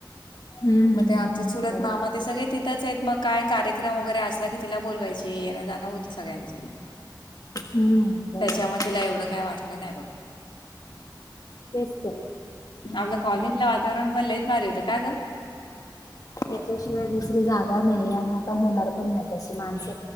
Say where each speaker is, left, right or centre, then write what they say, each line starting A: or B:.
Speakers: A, on the left; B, on the left.
A: हम्म
B: मग
A: हम्म
B: ते
A: हम्म
B: आमचे सुलत
A: बरोबर.
B: मामा ते सगळे तिथंच आहेत मग काय कार्यक्रम वेगैरे असला की तिला बोलवायचे येणं जाणं होत सगळ्यांचं.
A: हम्म बरोबर
B: त्याच्या म तिला एवढं काय वाटलं नाही बघ
A: तेच तर.
B: आपलं कॉलनीतलं वातावरण पण लईच भारी होतं. का ग
A: त्याच्याशिवाय दुसरी जागा नाही आणि आता होणार पण नाही तशी माणस